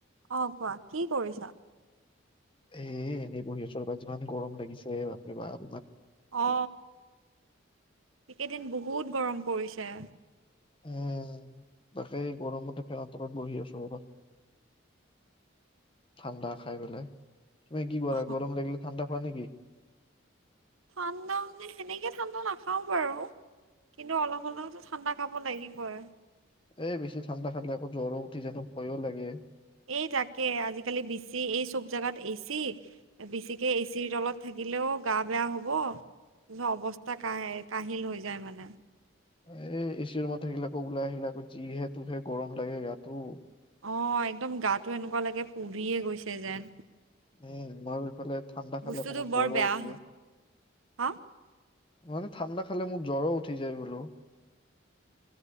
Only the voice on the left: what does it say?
এ এনেই বঢ়ি আছো ৰবা যিমান গৰম লাগিছে বাপৰেবাপ
উম, তাকেই গৰমতে ফেন তলত বহি আছো ৰবা ঠাণ্ডা খাই পেলাই তুমি কি কৰা,
গৰম লাগিলে ঠাণ্ডা খোৱা নেকি?
এই বেছি ঠাণ্ডা খালে আকৌ জ্বৰো উঠি জানো ভয়ো লাগে।
এ এচিৰ ৰুমত থাকিল আকৌ ওলাই আহিলা আকৌ যিহে তোহে গৰম লাগে গাতো।
উম, মই ইফালে ঠাণ্ডা
খালে অকমান
জ্বৰ
উঠে।
ইমানে ঠাণ্ডা খালে মোৰ জ্বৰো উঠি যায় বোলো